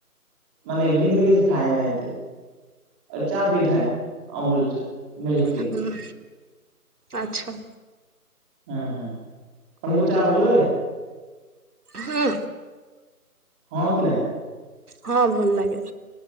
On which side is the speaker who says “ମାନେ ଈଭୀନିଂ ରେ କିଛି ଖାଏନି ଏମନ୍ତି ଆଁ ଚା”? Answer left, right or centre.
Centre